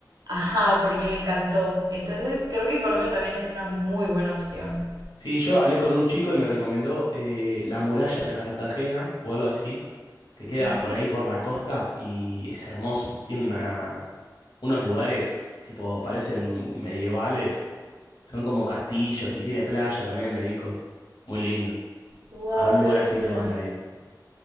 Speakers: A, on the right (about 65°); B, on the left (about 85°).
A: Ajá, porque le encantó. Entonces, creo que Colombia también es una muy buena opción.
B: Sí, yo hablé con un chico y me recomendó eh, la muralla de Cartagena o algo así, que queda
A: Ujú.
B: por ahí por la costa y es hermoso. Tiene una, unos lugares, tipo, parecen medievales, son como castillos y tiene playa también, me dijo. Muy lindo.
A: Wow,
B: A un lugar
A: qué locura.
B: así te van a ir.